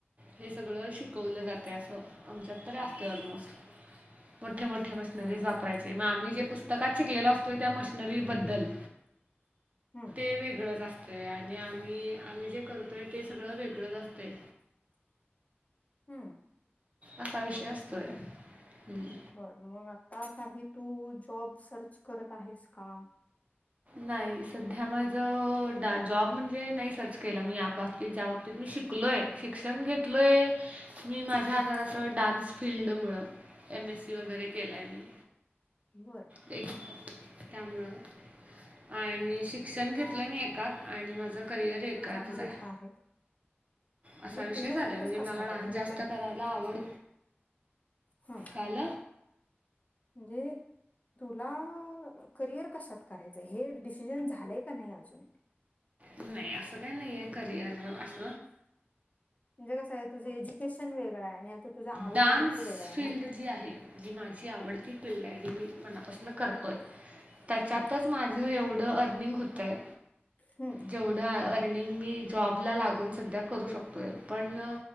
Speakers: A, on the right; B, on the left.
A: हे सगळं शिकवलं
B: हम्म
A: जातय असं, आमच्यात तरी असते ऑलमोस्ट. मोठे मोठे मशनरीज
B: हम्म
A: वापरायचे,, मग आम्ही जे पुस्तकात शिकलेलो असतोय त्या मशनरी बद्दल
B: हम्म.
A: ते वेगळंच असतय आणि आम्ही, आम्ही जे करत तर ते सगळं वेगळंच असतय.
B: हम्म
A: असा विषय
B: बर
A: असतोय, हम्म.
B: बर,, मग आता काही तू जॉब सर्च करत आहेस का?
A: नाही सध्या माझं, जॉब म्हणजे नाही सर्च केला मी याबाबतीत ज्या बाबतीत मी शिकलोय शिक्षण घेतलोय, मी माझ्या
B: हम्म
A: आजार असं डान्स फिल्ड मुळं एमएससी वगैरे केलाय मी.
B: बरं
A: तेच त्यामुळं आणि शिक्षण घेतलंय मी ऐकात आणि माझं करिअर एकातच
B: चांगली
A: हाय.
B: गोष्ट आहे
A: असा
B: म्हणजे
A: विषय
B: तुझं
A: झालाय
B: फोकस
A: म्हणजे
B: कशात
A: मला डान्स
B: आहे म्हणजे
A: जास्त
B: तुला
A: करायला आवड
B: हम्म
A: झाल?
B: म्हणजे तुला करिअर कशात करायचंय, हे डिसिजन झालंय का नाही अजून?
A: नाही असं काय नाहीये करिअर अस
B: म्हणजे कसं आहे तुझं एज्युकेशन वेगळं आहे, आणि आता तुझा आवड
A: डान्स
B: आहे तो वेगळा आहे
A: फील्ड
B: ना,
A: जी माझी आवडती फिल्ड आहे जी मी मनापासून करतोय त्याच्यातच
B: हम्म
A: माझं एवढं अर्निंग होतंय,
B: हम्म
A: जेव द अर्निंग मी जॉबला लागून सुधा करू शकतोय पण